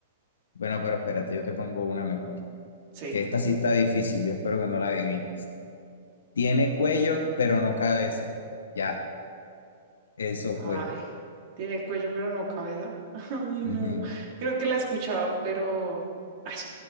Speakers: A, on the left; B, on the right.
A: bueno, pero espérate, yo te pongo una mejor,
B: Sí.
A: que esta sí está difícil, yo espero que no la adivines. Tiene cuello, pero no cabeza. Ya, eso
B: Ay,
A: fue.
B: tiene cuello pero no cabeza. <laughs> Ay,
A: Ujú,
B: no. Creo que la he escuchado, pero... <laughs> Ay,